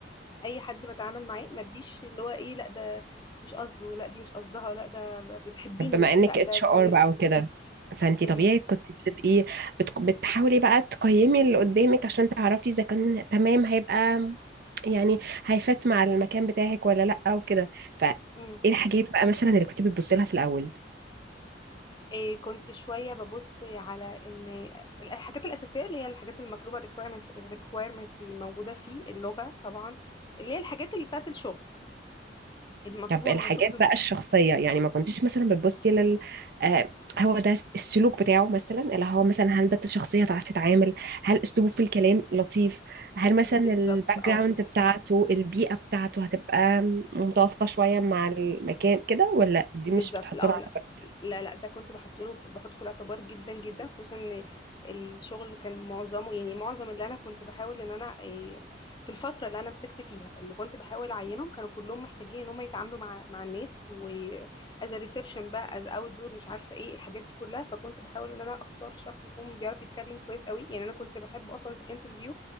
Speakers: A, on the left (about 25°); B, on the right (about 55°).
A: أي حد بتعامل معاه ما اديش اللي هو إيه لا ده مش قصده لا دي مش قصدها لا ده بتحبني
B: طب بما انك
A: لا ده
B: اتش
A: ب...
B: ار بقى وكده فانتي
A: مم.
B: طبيعي كنت بتبقي بت... بتحاولي بقى تقيمي اللي قدامك عشان تعرفي اذا كان تمام هيبقى يعني هيفات مع المكان بتاعك ولا لا وكده فايه
A: مم.
B: الحاجات بقى مثلا اللي كنت بتبصي لها في الاول
A: إيه كنت شوية ببص على إن الحاجات الأساسية اللي هي الحاجات المطلوبة requirements الريكويرمنتس اللي موجودة فيه اللغة طبعا اللي هي الحاجات اللي بتاعت الشغل المطلوب
B: طب
A: هو
B: الحاجات
A: المطلوب في الم-
B: بقى الشخصية يعني ما كنتيش مثلا بتبصي لل آه هو ده السلوك بتاعه مثلا اللي هو مثلا هل ده شخصية تعرف تتعامل هل أسلوبه في الكلام لطيف هل مثلا
A: بالظبط
B: الباك
A: اه
B: جراوند بتاعته البيئة بتاعته هتبقى متوافقة شوية مع المكان كده ولا دي
A: بالظبط
B: مش بتحط
A: لا
B: له
A: آه،
B: على
A: لا
B: بالك؟
A: لا لا ده كنت بحط له بحطه في الاعتبار جدا جدا خصوصا ان الشغل كان معظمه يعني معظم اللي انا كنت بحاول ان انا إيه، في الفتره اللي انا مسكت فيها اللي كنت بحاول اعينهم كانوا كلهم محتاجين ان هم يتعاملوا مع مع الناس واز ريسبشن بقى از اوت دور مش عارفه ايه الحاجات دي كلها فكنت بحاول ان انا اختار شخص يكون بيعرف يتكلم كويس قوي يعني انا كنت بحب اصلا في الانترفيو